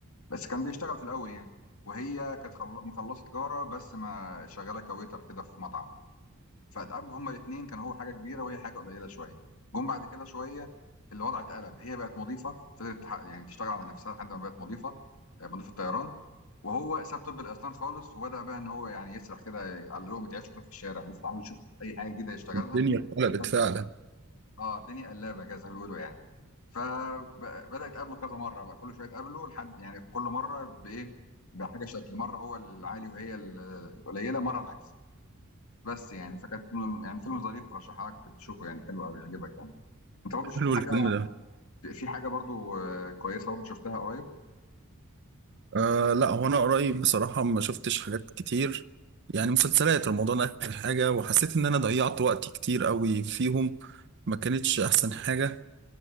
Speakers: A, on the left; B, on the right.
A: بس كان بيشتغل في الاول يعني وهي كانت خل- مخلصه تجاره بس ما شغاله كويتر كده في مطعم فاتقابلوا هما الاثنين كان هو حاجه كبيره وهي حاجه قليله شويه جم بعد كده شويه الوضع اتقلب هي بقت مضيفه فضلت تح- يعني تشتغل على نفسها لحد ما بقت مضيفه آه، مضيفه طيران وهو ساب طب الاسنان خالص وبدا بقى ان هو يعني يسرح كده يعلقهم يتعشوا كده في الشارع لسه عاوز يشوف اي حاجه جديده يشتغلها
B: الدنيا اتقلبت
A: طب
B: فعلا
A: اه الدنيا قلابه كده زي ما بيقولوا يعني فبدا يتقابلوا كذا مره بقى كل شويه يتقابلوا لحد يعني كل مره بايه بحاجه شكل مره هو العالي وهي ال- القليله مره العكس بس يعني فكانت م- يعني فيلم ظريف رشحها لك تشوفه يعني حلو قوي يعجبك يعني انت برضه في
B: حلو
A: حاجه
B: الفيلم ده
A: في حاجه برضه آه، كويسه برضه شفتها قريب
B: أه لا هو انا قريب بصراحه ما شفتش حاجات كتير يعني مسلسلات رمضان اخر حاجه وحسيت ان انا ضيعت وقت كتير قوي فيهم ما كانتش احسن حاجه